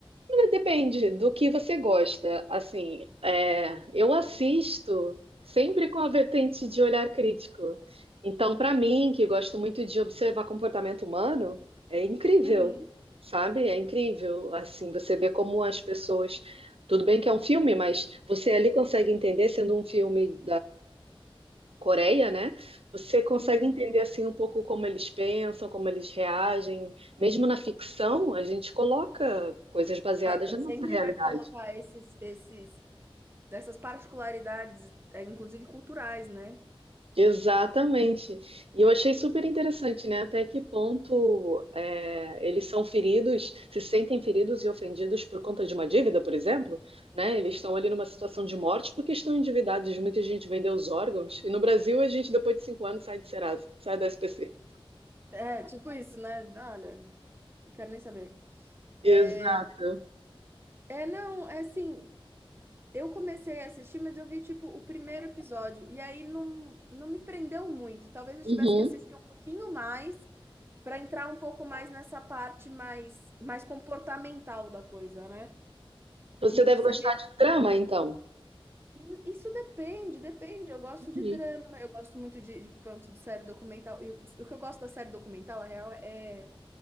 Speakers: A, on the right; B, on the right.
A: Depende do que você gosta. Assim, é, eu assisto sempre com a vertente de olhar crítico. Então, para mim, que gosto muito de observar comportamento humano, é incrível,
B: Uhum,
A: sabe? É incrível. Assim, você vê como as pessoas. Tudo bem que é um filme, mas você ali consegue entender, sendo um filme Coreia, né? Você consegue
B: uhum.
A: entender assim um pouco como eles pensam, como eles reagem. Mesmo na ficção, a gente coloca coisas baseadas
B: Ah, co-
A: na nossa
B: sempre
A: realidade.
B: vai colocar esses, esses, essas particularidades, é, inclusive culturais, né?
A: Exatamente. E eu achei super interessante, né? Até que ponto é, eles são feridos, se sentem feridos e ofendidos por conta de uma dívida, por exemplo, né? Eles estão ali numa situação de morte porque estão endividados. Muita gente vendeu os órgãos. E no Brasil, a gente, depois de cinco anos, sai de Serasa, sai da SPC.
B: É, tipo isso, né? Olha, não quero nem saber.
A: Exato.
B: É, é, não, é assim, eu comecei a assistir, mas eu vi, tipo, o primeiro episódio, e aí não, não me prendeu muito. Talvez eu
A: Uhum.
B: tivesse que assistir um pouquinho mais para entrar um pouco mais nessa parte mais, mais comportamental da coisa, né?
A: Você
B: E perceber
A: deve gostar de drama, então.
B: Hum, Isso depende, depende. Eu gosto de
A: Uhum.
B: drama, eu gosto muito de, de, pronto, de série documental. E o, o que eu gosto da série documental, a real, é,